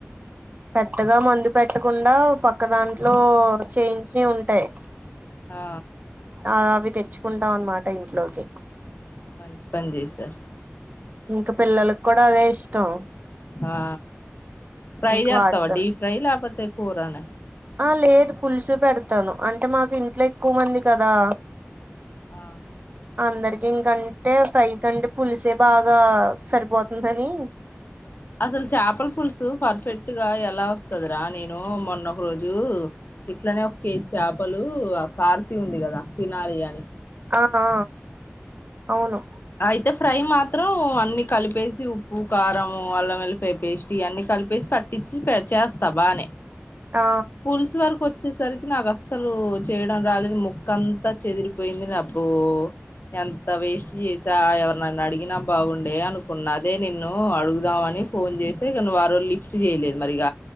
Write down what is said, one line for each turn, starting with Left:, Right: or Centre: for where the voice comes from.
Right: పెద్దగా మందు పెట్టకుండా పక్క దాంట్లో చేయించి ఉంటాయి
Left: ఆ
Right: ఆవి తెచ్చుకుంటాం అన్నమాట ఇంట్లోకి
Left: మంచిపని చేసా
Right: ఇంక పిల్లలకి కూడా అదే ఇష్టం
Left: ఆ ఫ్రై
Right: ఇంక
Left: చేస్తావా
Right: వాటితోనే
Left: డీప్ ఫ్రై లాపోతే కూరనా
Right: ఆ లేదు పులుసు పెడతాను అంటే మాకు ఇంట్లో ఎక్కువ మంది కదా
Left: ఆ
Right: అందరికి ఇంకంటే ఫ్రై కంటే పులుసే బాగా సరిపోతుందని
Left: అసలు చాపల పులుసు పర్ఫెక్ట్ గా ఎలా వస్తదిరా నేను మొన్న ఒక రోజు ఇట్లనే ఒక కేజీ చాపలు కార్తి ఉంది కదా తినాలి అని
Right: ఆహా అవును
Left: అయితే ఫ్రై మాత్రం అన్ని కలిపేసి ఉప్పు, కారము, అల్లం, వెల్లిపాయి పేస్ట్ ఇయన్నీ కలిపేసి పట్ ఇచ్చి పె చేస్తా బానే
Right: ఆ
Left: పుల్సు వరకు వచ్చేసరికి నాకు అస్సలు చేయడం రాలేదు ముక్క అంతా చెదిరిపోయింది అబ్చో ఎంత వేస్ట్ చేసి చ ఎవరునన్న అడిగినా బాగుండే అనుకున్న అదే నిన్ను అడుగుదామని ఫోన్ చేసే నువ్వు ఆరోజు లిఫ్ట్ చేయలేదు మరిక